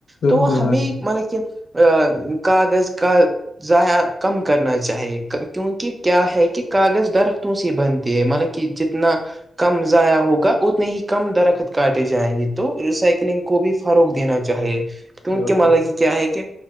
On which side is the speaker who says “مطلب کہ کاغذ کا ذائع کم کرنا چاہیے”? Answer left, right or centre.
Right